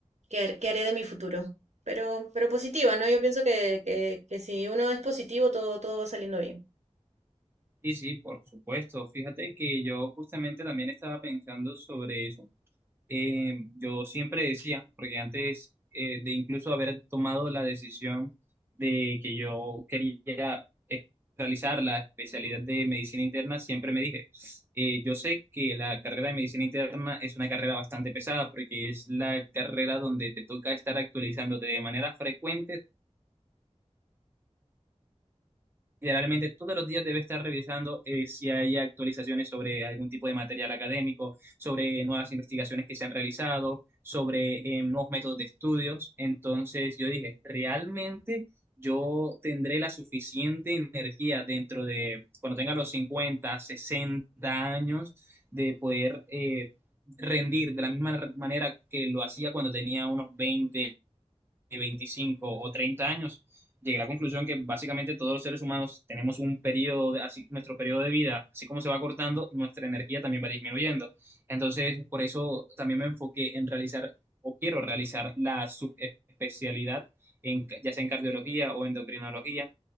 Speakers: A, on the right; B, on the right.
A: qué, har- qué haré de mi futuro. Pero, pero positiva, ¿no? Yo pienso que, que, que si uno es positivo, todo, todo va saliendo bien.
B: Y sí, por supuesto, fíjate que yo justamente también estaba pensando sobre eso. eh, yo siempre decía, porque antes eh, de incluso haber tomado la decisión de que yo quería es- realizar la especialidad de medicina interna, siempre me dije, eh, yo sé que la carrera de medicina interna es una carrera bastante pesada, porque es la carrera donde te toca estar actualizándote de manera frecuente Generalmente todos los días debe estar revisando eh, si hay actualizaciones sobre algún tipo de material académico, sobre nuevas investigaciones que se han realizado, sobre eh, nuevos métodos de estudios. Entonces yo dije, ¿realmente yo tendré la suficiente energía dentro de, cuando tenga los 50 60 años, de poder eh, rendir de la misma manera que lo hacía cuando tenía unos 20 25 o 30 años, llegué a la conclusión que básicamente todos los seres humanos tenemos un periodo, de- así, nuestro periodo de vida, así como se va cortando, nuestra energía también va disminuyendo. Entonces, por eso también me enfoqué en realizar o quiero realizar la subespecialidad, en, ca- ya sea en cardiología o endocrinología,